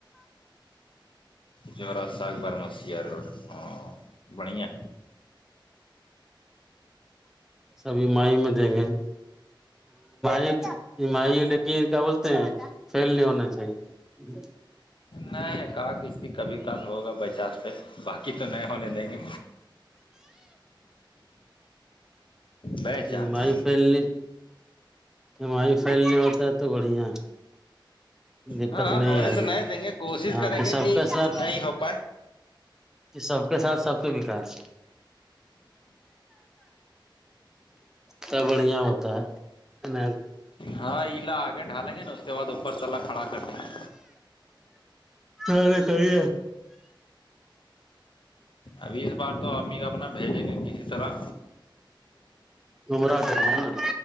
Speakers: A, on the left; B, in the centre.
A: جورا سہ بارہمسیہ روڈ ہاں بڑھیا
B: سبھی مائی میں دیں گے ای ایمی لیکن کیا بولتے ہیں فیل نہیں ہونا چاہیے جی
A: نہیں ک اس کبھی کل ہوگا بچاس پہ باقی تو نئے ہونے دیں گے بائی
B: جی
A: چانس
B: ایم آئی پھیلنی ایم آئی پھیلنی ہوتا ہے تو بڑھیا دقت
A: ہاں ہونے
B: آ
A: تو
B: رہی
A: نہیں دیں گے کوشش
B: ہاں
A: کریں گے
B: سب
A: کہ
B: کے ساتھ
A: نہیں ہو پائے
B: سب کے ساتھ سب کے وکاس تب بڑھیا ہوتا ہے نا
A: ہاں علا آگے ڈھالیں گے نا اس کے بعد اوپر چلا کھڑا کر دیں گے
B: ک نہیں کرے
A: ابھی اس بار تو امی کا اپنا بھیجیں گے کسی طرح
B: امرااد ہے نا